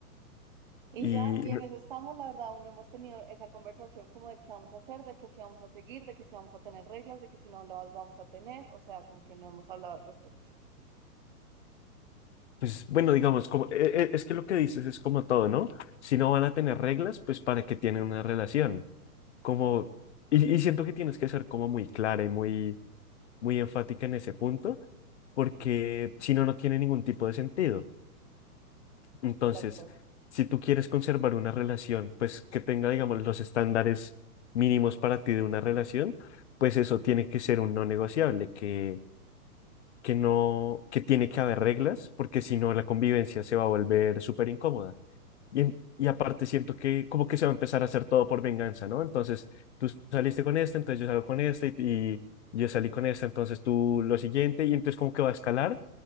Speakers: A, on the right; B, on the left.
A: Y
B: Y
A: ya, y
B: no-
A: en eso estamos, la verdad, aún no hemos tenido esa conversación como de qué vamos a hacer, de que si vamos a seguir, de que si vamos a tener reglas, de que si no las vamos a tener, o sea, como que no hemos hablado al respecto.
B: pues bueno, digamos, como, e- e- es que lo que dices es como todo, ¿no? Si no van a tener reglas, pues para qué tienen una relación. Como, y, y siento que tienes que ser como muy clara y muy muy enfática en ese punto, porque si no, no tiene ningún tipo de sentido. Entonces,
A: De acuerdo.
B: si tú quieres conservar una relación, pues que tenga, digamos, los estándares mínimos para ti de una relación, pues eso tiene que ser un no negociable, que, que no, que tiene que haber reglas, porque si no, la convivencia se va a volver súper incómoda. Y, en- y aparte siento que como que se va a empezar a hacer todo por venganza, ¿no? Entonces tú saliste con esta entonces yo salgo con esta y, y yo salí con esta entonces tú lo siguiente y entonces como que va a escalar